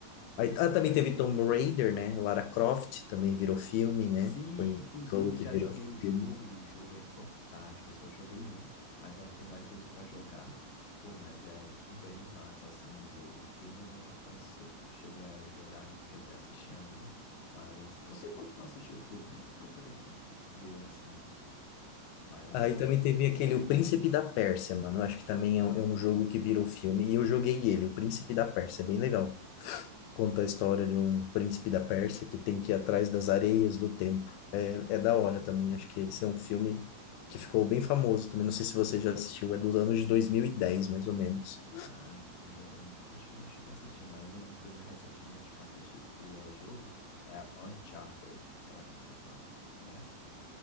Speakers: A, on the left; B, on the left.
A: aí, ah, também teve Tomb Raider, né? Lara Croft também virou filme, né?
B: Sim,
A: Foi um
B: inclusive
A: jogo que
B: já
A: virou
B: joguei o jogo
A: filme.
B: e o jogo é fantástico. Eu só joguei um, ainda tem mais dois para jogar. Pô, mas é bem massa assim o jogo. O filme eu não assi- cheguei a jogar, ai- quer dizer, assistir ainda, mas não sei por que não assisti o filme, nem procurei saber assim. Mas
A: Aí
B: assim,
A: também teve aquele O Príncipe da Pérsia, mano. Eu Acho que também é, um é um jogo que virou filme e eu joguei ele, O Príncipe da Pérsia, é bem legal. Conta a história de um príncipe da Pérsia que tem que ir atrás das areias do tempo. É, é da hora também. Acho que esse é um filme que ficou bem famoso também. Não sei se você já assistiu. É dos anos de 2010, mais ou menos.
B: ah, eu acho que eu não cheguei a assistir, mas um filme recentemente que eu assisti que é jogo é Uncharted, sei lá como se fala. Conhece?